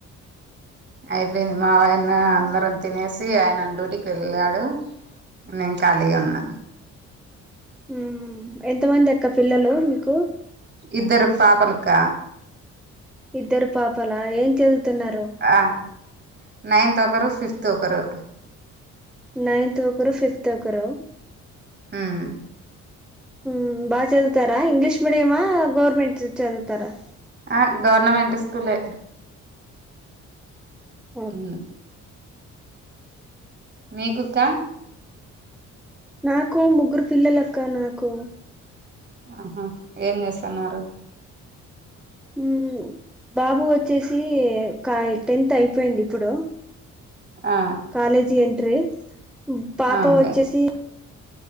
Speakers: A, on the right; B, in the centre.
A: అయిపోయింది మా వాయన అందరం తినేసి ఆయన డ్యూటికి వెళ్ళాడు నేన్ ఖాళీగా ఉన్న
B: ఊ ఎంతమంది అక్క పిల్లలు మీకు
A: ఇద్దరు పాపలక్క
B: ఇద్దరు పాపలా ఏం చదువుతున్నారు
A: ఆ నైన్త్ ఒకరు ఫిఫ్త్ ఒకరు
B: నైన్త్ ఒకరు ఫిఫ్త్ ఒకరు
A: ఉమ్
B: ఊ బాగా చదువుతారా ఇంగ్లీష్ మీడియమా గవర్నమెంట్ చదువుతారా
A: ఆ గవర్నమెంట్ స్కూలే
B: ఊ
A: ఊ మీకు అక్క.
B: నాకు ముగ్గురు పిల్లలక్క అక్క నాకు.
A: ఆహా ఏం చేస్తున్నారు.
B: హ్మ్. బాబు వచ్చేసి టెన్త్ అయిపోయింది ఇప్పుడు.
A: ఆ.
B: కాలేజీ ఎంట్రీ పాప
A: అవునులే
B: వచ్చేసి.